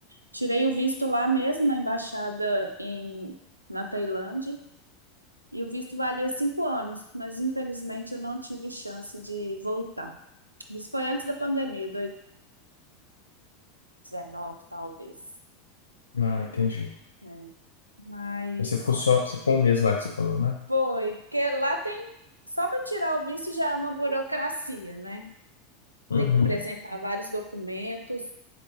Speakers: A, on the right; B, on the left.
A: Tirei o visto lá mesmo na embaixada em, na Tailândia E o visto valia cinco anos, mas infelizmente eu não tive chance de voltar. Isso foi antes da pandemia, 2019, talvez.
B: ah, entendi.
A: né? Mas
B: Mas você ficou só, você ficou um mês lá que você falou, né?
A: foi, porque lá tem, só para tirar o visto já é uma burocracia, né?
B: Uhum,
A: Tem que apresentar vários documentos,